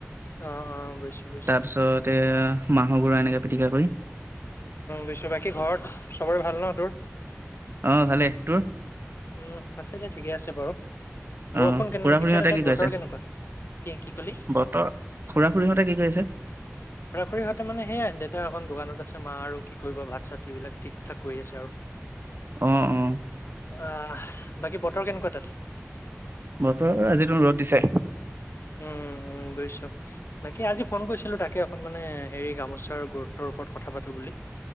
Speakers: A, on the left; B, on the right.
A: অ' অ' বুজিছো বুজিছো।
B: তাৰপিছত এ মাহৰ গুৰা এনেকে। পতিকা কৰি।
A: বুজছো বাকী ঘৰত চবৰে ভাল ন তোৰ।
B: অ ভালে তোৰ।
A: উম আছে দে ঠিকে আছে বাৰু, বৰষুণ
B: অ
A: কেনে
B: খুৰা
A: দিছে
B: খুৰীহঁতে
A: ন তাত
B: কি
A: বতৰ
B: কৰিছে
A: কেনেকুৱা কি কি কলি?
B: বতৰ খুৰা খুৰীহঁতে কি কৰিছে
A: খুৰা খুৰিহঁতে মানে সেইয়াই দেউতা একন দোকানত আছে। মা আৰু কি কৰিব ভাত চাত বিলাক ঠিক ঠাক কৰি আছে আৰু।
B: উম উম।
A: অ বাকী বতৰ কেনেকুৱা তাত।
B: বতৰ আজি ৰ'দ দিছে।
A: উম, উম, বুজিছোঁ। বাকী আজি ফোন কৰিছিলো তাকে একখন মানে হেৰি, গামোচাৰ গুৰুত্বৰ ওপৰত কথা পাতো বুলি।